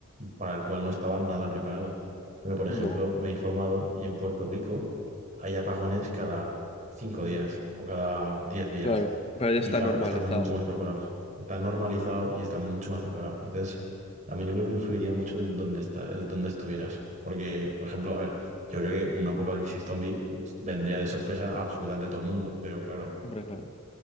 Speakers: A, on the right; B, on the left.
A: para el cual no estaba nada preparado. Pero, por ejemplo,
B: no,
A: me he informado y en Puerto Rico hay apagones cada cinco días o cada diez días.
B: claro, pero ya
A: Y
B: está
A: claro,
B: normalizado.
A: están mucho más preparados. Está normalizado y están mucho más preparados. Entonces, también yo creo que influiría mucho en dónde está, en dónde estuvieras. Porque, por ejemplo, a ver, yo creo que un apocalipsis zombie vendría de sorpresa a absolutamente todo el mundo. Pero claro,
B: Hombre, claro.